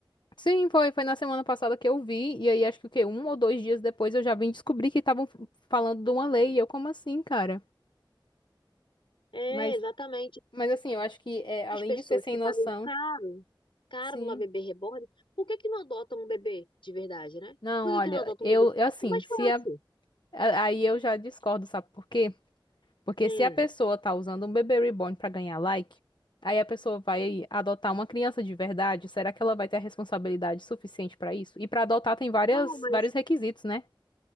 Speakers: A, on the left; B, on the left.
A: Sim, foi, foi na semana passada que eu vi, e aí acho que o quê? Um ou dois dias depois eu já vim descobrir que estavam falando de uma lei, e eu, como assim, cara?
B: É,
A: Mas,
B: exatamente.
A: mas assim, eu acho que é, além
B: As pessoas
A: de ser sem
B: que
A: noção,
B: pagam caro, caro
A: sim.
B: numa bebê reborn, por que que não adotam um bebê de verdade, né?
A: Não,
B: Por
A: olha,
B: que que não adotam
A: eu,
B: um bebê?
A: eu assim,
B: É mais
A: se
B: fácil.
A: a A- Aí eu já discordo, sabe por quê? Porque
B: Sim.
A: se a pessoa tá usando um bebê reborn pra ganhar like, aí a pessoa vai adotar uma criança de verdade, será que ela vai ter a responsabilidade suficiente pra isso? E pra adotar tem várias,
B: Não, mas
A: vários requisitos, né?